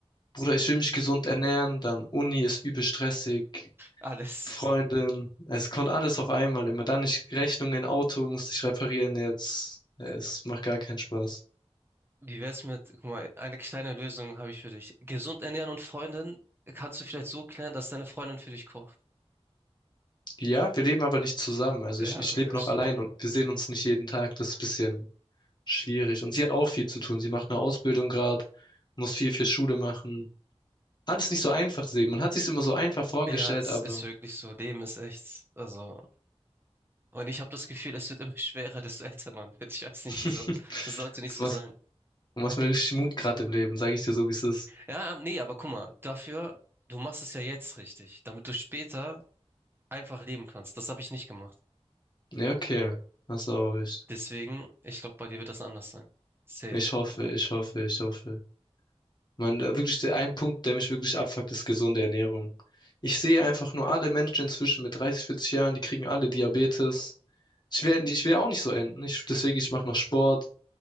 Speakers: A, on the left (about 40°); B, on the right (about 20°).
A: Bruder, ich will mich gesund ernähren, dann Uni ist übel stressig,
B: Alles.
A: Freundin, es kommt alles auf einmal immer. Dann ich Rechnungen, Auto musste ich reparieren jetzt. Ja, Es macht gar keinen Spaß.
B: Wie wär's mit, guck mal, eine kleine Lösung habe ich für dich. Gesund ernähren und Freundin kannst du vielleicht so klären, dass deine Freundin für dich kocht.
A: Ja, wir leben aber nicht zusammen. Also
B: Ja,
A: ich, ich lebe
B: das
A: noch
B: stimmt.
A: allein und wir sehen uns nicht jeden Tag. Das ist ein bisschen Schwierig. Und sie hat auch viel zu tun. Sie macht eine Ausbildung gerade, muss viel für Schule machen. Alles nicht so einfach zu sehen. Man hat sich immer so einfach vorgestellt,
B: Ja, es
A: aber
B: ist wirklich so. Leben ist echt, also. Und ich habe das Gefühl, es wird immer <laughs> schwerer, desto älter man wird. Ich weiß
A: <laughs>
B: nicht wieso. Es sollte nicht
A: du
B: so
A: machst,
B: sein.
A: du machst mir richtig Mut gerade im Leben, sage ich dir so, wie es ist.
B: Ja, ähm, nee, aber guck mal, dafür, du machst es ja jetzt richtig, damit du später einfach leben kannst. Das habe ich nicht gemacht.
A: Ja, okay. Hast du auch recht.
B: Deswegen, ich glaube, bei dir wird das anders sein. Safe.
A: Ich hoffe, ich hoffe, ich hoffe. Man, äh, wirklich der ein Punkt, der mich wirklich abfuckt, ist gesunde Ernährung. Ich sehe einfach nur alle Menschen inzwischen mit 30, 40 Jahren, die kriegen alle Diabetes. Ich will, ich will auch nicht so enden. Ich, deswegen, ich mache noch Sport.